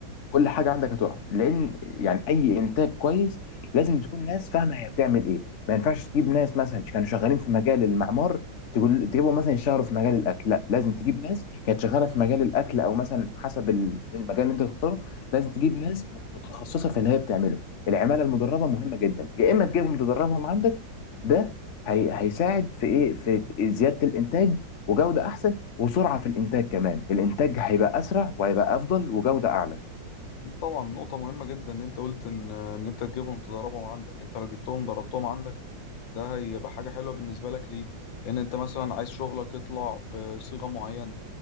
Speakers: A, on the left (about 45°); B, on the left (about 80°).
A: كل حاجه عندك هتقع لان يعني اي انتاج كويس لازم تكون ناس فاهمه هي بتعمل ايه ما ينفعش تجيب ناس مثلا كانوا شغالين في مجال المعمار تقول تجيبهم مثلا يشتغلوا في مجال الاكل لا لازم تجيب ناس كانت شغاله في مجال الاكل او مثلا حسب ال- المجال اللي انت تختاره لازم تجيب ناس متخصصه في اللي هي بتعمله العماله المدربه مهمه جدا يا اما تجيبهم تدربهم عندك ده هي هيساعد في ايه في ت- زياده الانتاج وجوده احسن وسرعه في الانتاج كمان الانتاج هيبقى اسرع وهيبقى افضل وجوده اعلى
B: اكيد طبعا نقطة مهمة جدا ان انت قلت ان ان انت تجيبهم تدربهم عندك انت لو جبتهم دربتهم عندك ده هيبقى حاجة حلوة بالنسبة لك ليه؟ لان انت مثلا عايز شغلك يطلع بصيغة معينة